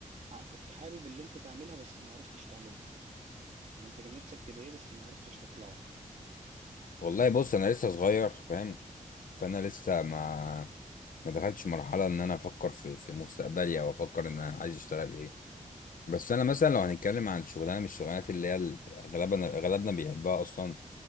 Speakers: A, on the right; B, on the left.
A: كنت حابب اللي أنت تعملها بس ما عرفتش تعملها يعني أنت كان نفسك تبقى إيه بس ما عرفتش تطلعه
B: والله بص أنا لسه صغير فاهم فأنا لسه ما
A: مم.
B: ما دخلتش مرحلة إن أنا أفكر في في مستقبلي أو أفكر إن أنا عايز أشتغل إيه بس أنا مثلا لو هنتكلم عن شغلانة من الشغلانات اللي هي ال- أغلبنا أغلبنا بيحبها أصلا